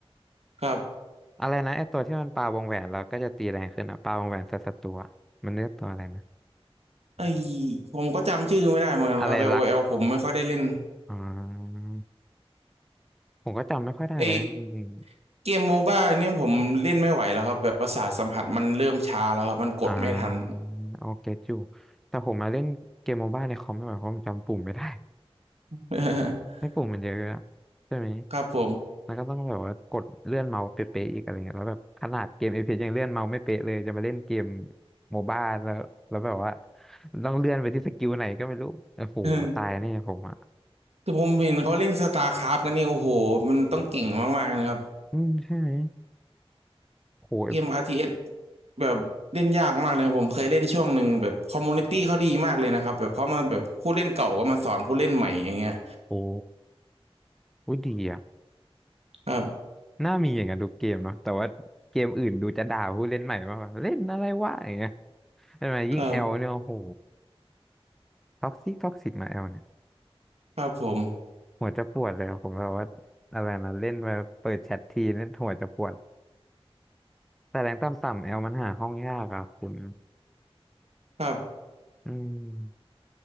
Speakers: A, on the right; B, in the centre.
A: ครับ
B: อะไรนะไอตัวที่มันปาวงแหวนเราก็จะตีแรงขึ้นอะปาวงแหวนใส่ศัตรูอะมันเรียกตัวอะไรนะ
A: ไอผมก็จำชื่อไม่ได้เหมือนกันครับ
B: อะไรรัก
A: l o ลโอแอลผมไม่ค่อยได้เล่น
B: อ่าผมก็จำไม่ค่อยได้เลยจริง
A: ไอเกมโมบ้าเนี่ยผมเล่นไม่ไหวแล้วครับแบบประสาทสัมผัสมันเริ่มช้าแล้วครับมันกดไม่ทัน
B: ๆอ่าโอเคอยู่แต่ผมมาเล่นเกมโมบ้าในคอมไม่ไหวเพราะผมจำปุ่มไม่ได้ <laughs>
A: <laughs>
B: ให้ปุ่มมันเยอะอะใช่ไหม
A: ครับผม
B: แล้วก็ต้องแบบว่ากดเลื่อนเมาส์เป๊ะๆอีกอะไรเงี้ยแล้วแบบขนาดเกมเอพียังเลื่อนเมาส์ไม่เป๊ะเลยจะมาเล่นเกมโมบ้าแล้วแล้วแบบว่าต้องเลื่อนไปที่สกิลไหนก็ไม่รู้โอ้โหตายเนี่ยผมอ่ะ
A: เออแต่ผมเห็นเขาเล่นสตาร์คราฟกันนี่โอ้โหมันต้องเก่งมากๆนะครับ
B: อืมใช่ไหมโหเอฟ
A: เกม RTS แบบเล่นยากมากเลยครับผมเคยเล่นช่วงหนึ่งแบบคอมมูนิตี้เขาดีมากเลยนะครับแบบเขามาแบบผู้เล่นเก่าก็มาสอนผู้เล่นใหม่อย่างเงี้ย
B: โอ้อุ๊ยดีอ่ะ
A: ครับ
B: น่ามีอย่างนั้นทุกเกมเนาะแต่ว่าเกมอื่นดูจะด่าผู้เล่นใหม่มากกว่าเล่นอะไรวะอย่างเงี้ยใช่ไหมยิ่งแอลเนี่ยโอ้โห
A: <laughs> ครับ
B: ท็อกซิกท็อกซิกมาแอลเนี่ย
A: ครับผม
B: หัวจะปวดเลยอะผมแบบว่าอะไรนะเล่นมาเปิดแชททีนี่นหัวจะปวด แต่แรงต่ำๆแอลมันหาห้องยากอ่ะคุณ
A: ครับ
B: อืม